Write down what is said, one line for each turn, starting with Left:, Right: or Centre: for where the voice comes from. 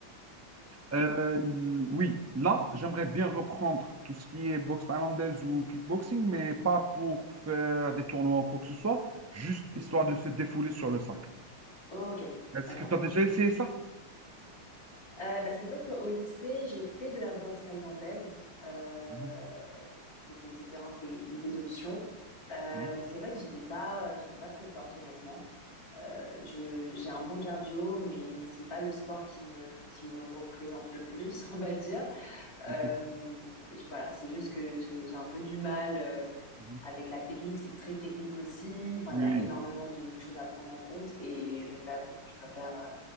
Right: Euh, oui, là, j'aimerais bien reprendre tout ce qui est boxe thaïlandaise ou kickboxing, mais pas pour faire des tournois ou quoi que ce soit, juste
Left: mhm.
Right: histoire de se défouler sur le sac.
Left: Oh, Ok,
Right: Est-ce
Left: d'accord.
Right: que tu as déjà essayé ça?
Left: Euh, bah, c'est vrai qu'au lycée, j'ai fait de la boxe thaïlandaise. Euh,
Right: Non.
Left: c'était, c'était un des, une des options. Euh,
Right: Hein
Left: mais c'est vrai que j'étais pas, j'étais pas très forte, honnêtement. Euh, je, j'ai un bon cardio, mais c'est pas le sport qui me, qui me représente le plus, <laughs> on va dire. Euh,
Right: Ok.
Left: je- voilà, c'est juste que j'ai, j'ai un peu du mal euh,
Right: Mhm.
Left: avec la technique. C'est très technique aussi. Enfin,
Right: Oui.
Left: il y a énormément de, de choses à prendre en compte. Et je t'avoue que je préfère